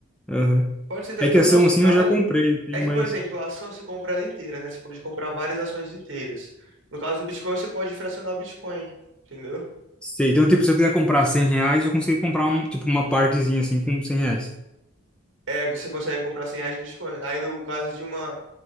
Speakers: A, in the centre; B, on the right (about 65°).
A: Aham.
B: Pode ser também.
A: É que
B: No
A: ação,
B: nosso
A: assim,
B: caso,
A: eu já comprei, tenho
B: É que,
A: mais...
B: por exemplo, a ação se compra ela inteira, né? Você pode comprar várias ações inteiras. No caso do Bitcoin, você pode fracionar o Bitcoin, entendeu?
A: Sei. Então, tipo, se eu quiser comprar 100 reais, eu consigo comprar, um, tipo, uma partezinha, assim, com 100 reais.
B: É, você consegue comprar 100 reais de Bitcoin. Aí, no caso de uma,